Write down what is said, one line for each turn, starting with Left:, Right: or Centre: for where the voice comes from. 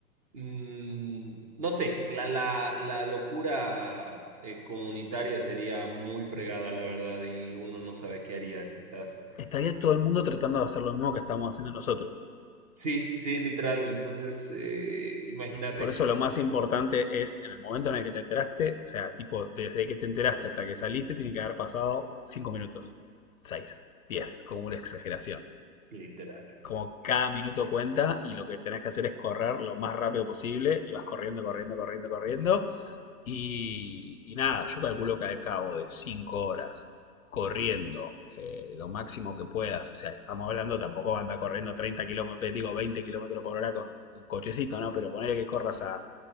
Right: mm, no sé, la, la, la locura eh, comunitaria sería muy fregada, la verdad, y uno no sabe qué haría, quizás.
Left: Estaría todo el mundo tratando de hacer lo mismo que estamos haciendo nosotros.
Right: Sí, sí, literal. Entonces, eh, imagínate,
Left: Por eso lo más importante es en el momento en el que te enteraste, o sea, tipo, desde que te enteraste hasta que saliste, tiene que haber pasado 5 minutos, 6, 10, como una exageración.
Right: literal.
Left: Como cada minuto cuenta y lo que tenés que hacer es correr lo más rápido posible y vas corriendo, corriendo, corriendo, corriendo Y, y nada, yo calculo que al cabo de cinco horas corriendo eh, lo máximo que puedas, o sea, estamos hablando, tampoco anda corriendo 30 kilómetros, digo 20 kilómetros por hora con un cochecito, ¿no? Pero ponerle que corras a